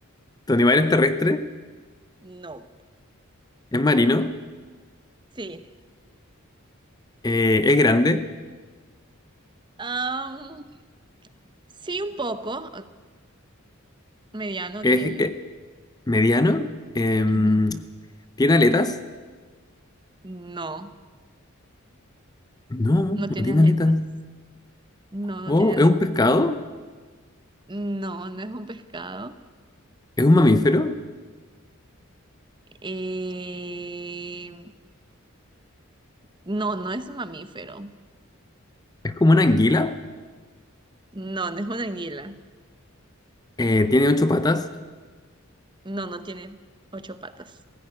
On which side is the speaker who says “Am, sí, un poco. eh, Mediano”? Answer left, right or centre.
Right